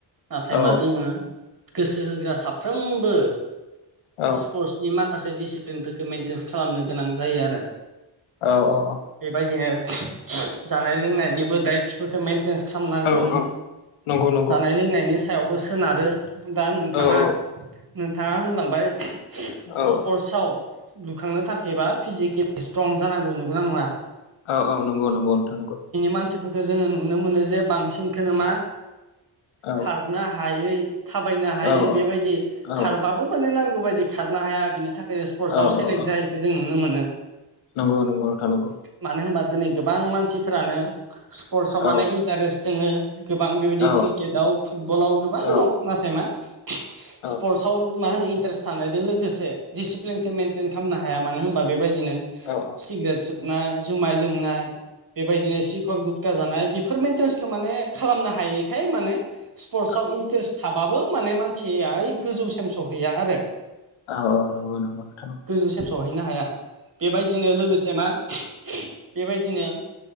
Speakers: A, on the right (about 45°); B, on the left (about 90°).
A: नाथाय
B: औ
A: मा जोङो गोसो होग्रा साफ्रोमबो
B: औ
A: स्पर्टस बे माखासे दिडिसिप्लिनफोरखौ मेइेनटेेनस खालामनो गोनां जायो आरो
B: औ औ औ
A: बेबायदिनो जानाय लोंनायनिबो दाइटसफोरखौ मेन एटेन्स खालामनांगोन
B: औ औ नंगौ नंगौ
A: जानाय लोंनायनि सायावबो सोनारो दा नोंथाङा
B: औ औ
A: नोंथाङा होनलांबाय
B: औ
A: स्पर्टसआव लुखांनो थाखायबा फिजिकेलि स्ट्रं जानांगौ नंगौना नङा
B: औ औ नगौ नंगौ नोंथां नंगौ
A: मानसि फोरखो जोङो नुनो मोनो जे बांसिनखोनो मा
B: औ
A: खारनो हायै थाबायनो हायै
B: औ
A: बेबायदि
B: औ
A: खारबाबो माने नांगौ बायदि खारनो हाया बिनि थाखाय स्पर्टसआव
B: औ
A: सेलेक्ट
B: औ
A: जायैखो जों नुनो मोनो
B: नंगौ नंगौ नोंथां नंगौ
A: मानो होनबा दिनै गोबां मानसिफ्रानो स्पर्टसआव
B: औ नंगौ नोंथां नंगौ औ
A: माने इन्टारेस्ट दोङो गोबां बेबायदि
B: औ
A: क्रिकेटआव फुटबलाव गोबां
B: औ
A: दं नाथाय मा
B: औ
A: स्पर्टसआव मा होनो इन्टारेस्ट थानायजों लोगोसे दिडिसिप्लिनखौ मेनइटेन खालामनो हायो हाया मानो होनबा बेबायदिनो
B: अऔ औ
A: सिगारेट सोबनाय जुमाय लोंनाय बेबायदिनो सिखर गुद खा जानाय बेफोर मेन्टेेन्सखौ माने खालामनो हायैखाय माने स्पर्टसआव
B: औ
A: इन्टारेस्ट थाबाबो माने मानसिया ओइ गोजौ सेमस'हैया आरो
B: औ नंगौ नंगौ नोंथां
A: गोजौसिम सहैनो हाया बेबायदिनो लोगोसे मा बेबायदिनो